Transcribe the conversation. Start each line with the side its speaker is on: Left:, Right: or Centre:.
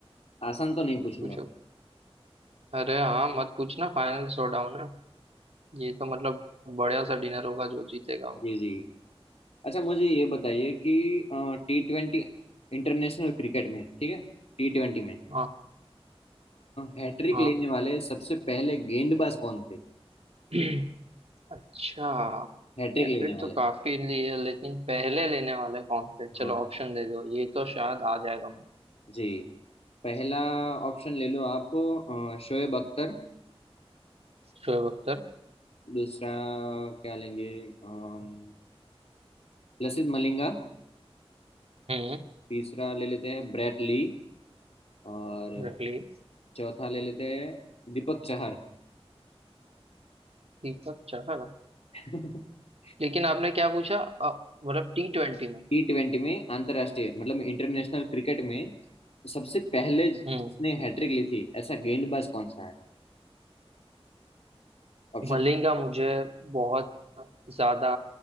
Left: आसान तो नहीं पूछूंगा
Right: पूछो अरे हाँ मत पूछना फाइनल शोडाउन है ये तो मतलब बढ़िया सा डिनर होगा जो जीतेगा वो
Left: जी जी अच्छा मुझे ये बताइए कि टी ट्वेंटी इंटरनेशनल क्रिकेट में ठीक है टी ट्वेंटी में
Right: हाँ
Left: हैट्रिक
Right: हाँ
Left: लेने वाले सबसे पहले गेंदबाज कौन थे
Right: <clears throat> अच्छा
Left: हैट्रिक
Right: हैट्रिक
Left: लेने वाले
Right: तो काफी ली है लेकिन पहले लेने वाले कौन थे चलो
Left: हाँ
Right: ऑप्शन दे दो ये तो शायद आ जाएगा मुझे।
Left: जी पहला ऑप्शन ले लो आप अ, शोएब अख्तर
Right: शोएब अख्तर
Left: दूसरा क्या लेंगे अम, लसित मलिंगा
Right: हम्म
Left: तीसरा ले लेते हैं ब्रेट ली और
Right: रख लिए
Left: चौथा ले लेते हैं दीपक चहर
Right: दीपक चाहर
Left: <laughs>
Right: लेकिन आपने क्या पूछा अ, मतलब टी ट्वेंटी में
Left: टी ट्वेंटी में अंतर्राष्ट्रीय मतलब इंटरनेशनल क्रिकेट में सबसे पहले जिसने
Right: हम्म
Left: हैट्रिक ली थी ऐसा गेंदबाज कौन सा है ऑप्शन
Right: मलिंगा मुझे बहुत ज्यादा